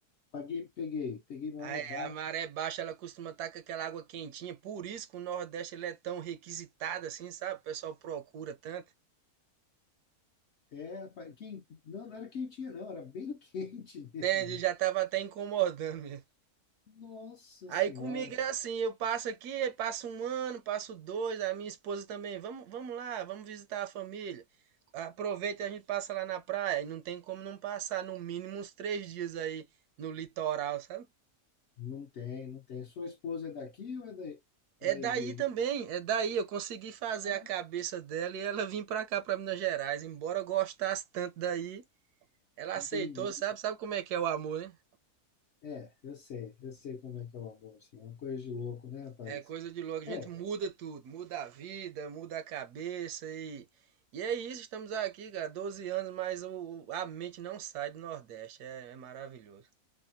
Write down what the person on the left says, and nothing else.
Paguei, peguei, peguei maré
baixa.
É, rapaz, quem, não, não era quentinha, não, era bem <laughs> quente mesmo.
Nossa
Senhora,
cara.
Não tem, não tem. Sua esposa é daqui ou é daí,
daí
de,
de...
Ah,
entendi.
É, eu sei, eu sei como é que é o amor, assim, é uma coisa de louco, né, rapaz?
É,